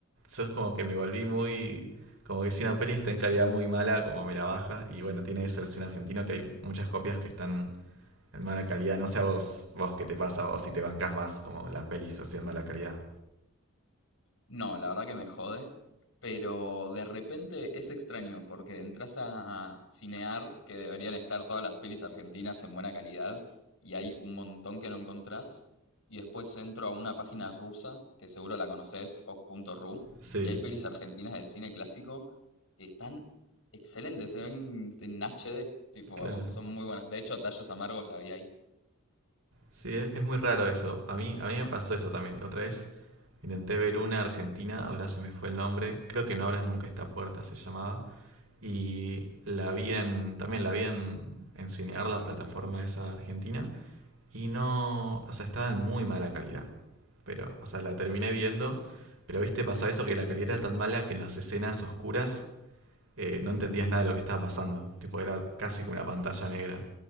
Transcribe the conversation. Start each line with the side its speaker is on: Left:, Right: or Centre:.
Right: yo es como que me volví muy... Como que si una peli está en calidad muy mala, como me la baja. Y bueno, tiene eso el cine argentino, que hay muchas copias que están en mala calidad. No sé a vos, vos qué te pasa o si te bancás más como las pelis haciendo mala calidad.
Left: No, la verdad que me jode, pero de repente es extraño porque entras a Cinear, que deberían estar todas las pelis argentinas en buena calidad, y hay un montón que no encontrás, y después entro a una página rusa, que seguro la conoces, o k punto ru
Right: Sí,
Left: y hay pelis argentinas del cine clásico que están excelentes, se ven en HD, tipo,
Right: claro.
Left: son muy buenas. De hecho, Tallos Amargos la vi ahí.
Right: Sí, es, es muy raro eso. A mí, a mí me pasó eso también. La otra vez intenté ver una argentina, ahora se me fue el nombre. Creo que No abras nunca esta puerta se llamaba. Y la vi en, también la vi en, en Cinear, la plataforma esa argentina. Y no, o sea, estaba en muy mala calidad. Pero, o sea, la terminé viendo. Pero, viste, pasaba eso que la calidad era tan mala que en las escenas oscuras eh, no entendías nada de lo que estaba pasando. Tipo, era casi como una pantalla negra.